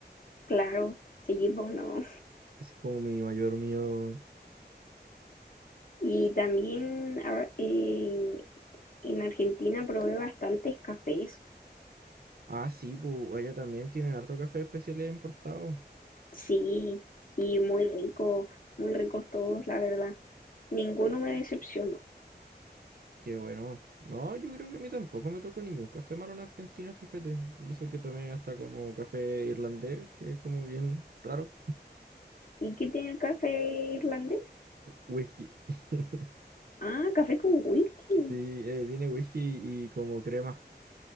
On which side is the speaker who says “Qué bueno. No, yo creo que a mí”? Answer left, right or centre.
Right